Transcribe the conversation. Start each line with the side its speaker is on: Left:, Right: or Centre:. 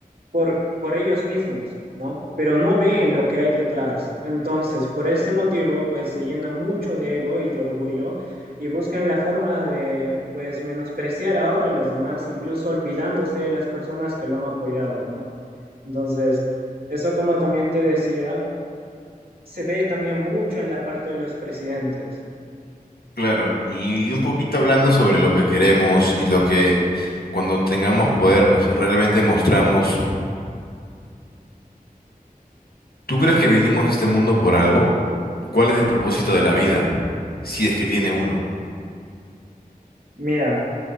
Right: por, por ellos mismos, ¿no? Pero no ven lo que hay detrás. Entonces, por ese motivo, pues se llena mucho de ego y de orgullo y buscan la forma de, pues, menospreciar ahora a los demás, incluso olvidándose de las personas que lo han apoyado, ¿no? Entonces, eso como también te decía, se ve también mucho en la parte de los presidentes.
Left: Claro, y, y un poquito hablando sobre lo que queremos y lo que cuando tengamos poder, pues realmente mostramos. ¿Tú crees que vinimos a este mundo por algo? ¿Cuál es el propósito de la vida? Si
Right: Mm,
Left: es que tiene uno.
Right: Mira,